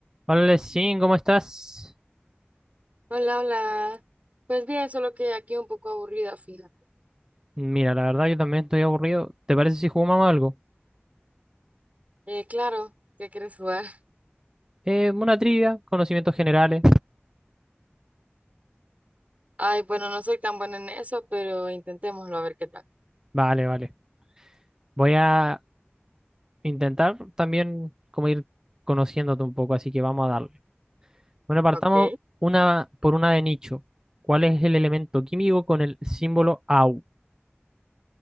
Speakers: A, on the right; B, on the right.
A: Hola, Lesin, ¿cómo estás?
B: Hola, hola. Pues bien, solo que aquí un poco aburrida, fíjate.
A: Mira, la verdad yo también estoy aburrido. ¿Te parece si jugamos algo?
B: Eh, claro, ¿qué quieres jugar? <laughs>
A: Eh, una trivia, conocimientos generales.
B: Ay, bueno, no soy tan buena en eso, pero intentémoslo a ver qué tal.
A: Vale, vale. Voy a intentar también como ir conociéndote un poco, así que vamos a darle. Bueno, partamos
B: Ok.
A: una por una de nicho. ¿Cuál es el elemento químico con el símbolo Au?